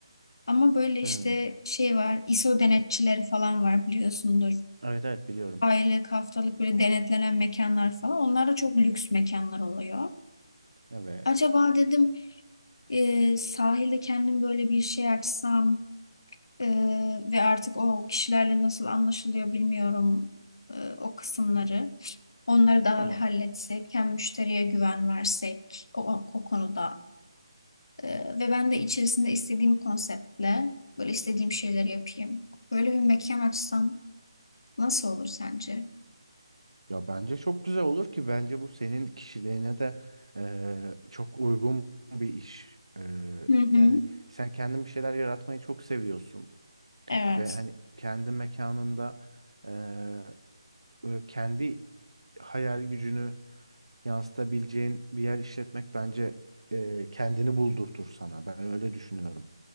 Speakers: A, on the left; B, on the right.
A: Ama böyle işte
B: Hı.
A: şey var, ISO denetçileri falan var biliyorsundur.
B: Evet evet biliyorum.
A: Aylık, haftalık böyle denetlenen mekanlar falan. Onlar da çok lüks mekanlar oluyor.
B: Evet.
A: Acaba dedim e, sahilde kendim böyle bir şey açsam e, ve artık o kişilerle nasıl anlaşılıyor bilmiyorum e, o kısımları. Onları da
B: Tamam.
A: halletsek, hem müşteriye güven versek o, o, o konuda E, ve ben de içerisinde istediğim konseptle böyle istediğim şeyleri yapayım. Böyle bir mekan açsam nasıl olur sence?
B: Ya bence çok güzel olur ki bence bu senin kişiliğine de e, çok uygun bir iş. E,
A: Hı hı.
B: yani sen kendin bir şeyler yaratmayı çok seviyorsun
A: Evet,
B: ve hani kendi mekanında e, e, kendi hayal gücünü yansıtabileceğin bir yer işletmek bence e, kendini buldurtur sana. Ben öyle düşünüyorum.